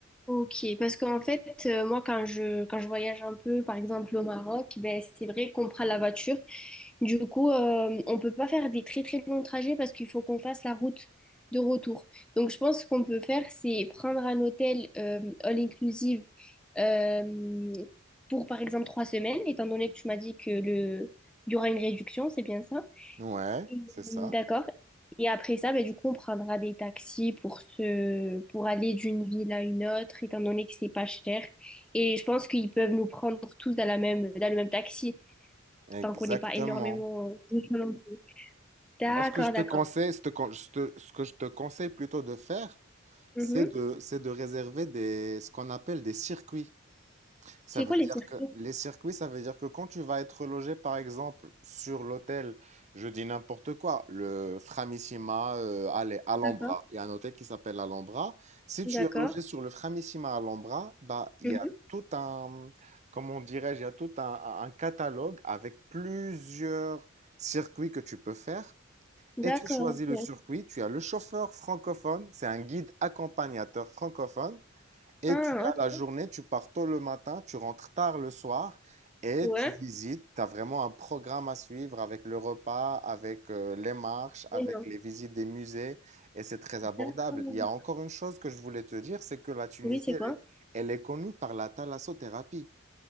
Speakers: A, in the centre; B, on the right (about 35°).
A: Ok, parce qu'en fait, euh, moi, quand je, quand je voyage un peu, par exemple au Maroc, ben, c'est vrai qu'on prend la voiture. Du coup, euh, on peut pas faire des très très longs trajets parce qu'il faut qu'on fasse la route de retour. Donc, je pense qu'on peut faire, c'est prendre un hôtel euh, all inclusive euh, pour, par exemple, trois semaines, étant donné que tu m'as dit que le, il y aura une réduction, c'est bien ça?
B: Ouais,
A: Mm,
B: c'est ça.
A: D'accord. Et après ça, ben, du coup, on prendra des taxis pour se, pour aller d'une ville à une autre, étant donné que c'est pas cher. Et je pense qu'ils peuvent nous prendre tous dans la même, dans le même taxi,
B: Exactement.
A: tant qu'on n'est pas énormément. euh, de gens non plus. D'accord,
B: Moi, ce que je te
A: d'accord.
B: conseille, ce te con- ce te- ce que je te conseille plutôt de faire,
A: Mhm.
B: c'est de, c'est de réserver des, ce qu'on appelle des circuits. Ça
A: C'est
B: veut
A: quoi les
B: dire
A: circuits?
B: que les circuits, ça veut dire que quand tu vas être logé, par exemple, sur l'hôtel, je dis n'importe quoi, le Framissima, euh, allez, Alhambra.
A: D'accord,
B: Il y a un hôtel qui s'appelle Alhambra. Si tu
A: d'accord.
B: es logé sur le Framissima Alhambra, bah, il
A: Mhm.
B: y a tout un, comment dirais-je, il y a tout un, un catalogue avec plusieurs circuits que tu peux faire.
A: D'accord.
B: Et tu choisis le
A: ok.
B: circuit, tu as le chauffeur francophone, c'est un guide accompagnateur francophone, et
A: Ah,
B: tu as
A: ok.
B: la journée, tu pars tôt le matin, tu rentres tard le soir, et
A: Ouais.
B: tu visites, tu as vraiment un programme à suivre avec le repas, avec euh, les marches, avec
A: Mais non.
B: les visites des musées, et c'est très abordable.
A: D'accord.
B: Il y a encore une chose que je voulais te dire, c'est que la Tunisie,
A: Oui, c'est
B: elle
A: quoi?
B: est, elle est connue par la thalassothérapie.